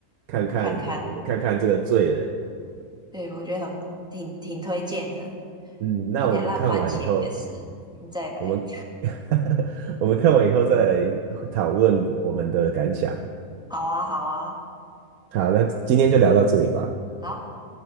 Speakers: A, on the right; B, in the centre.
A: 看看看看这个罪人。
B: 看看，对，我觉得很挺挺推荐的，
A: 嗯，那我们看完以后。
B: 看起来烂番茄也是，再来，
A: 我们 <laughs> 我们看完以后再来讨论我们的感想。
B: <laughs> 好啊好啊，
A: 好，那今天就聊到这里吧。
B: 好。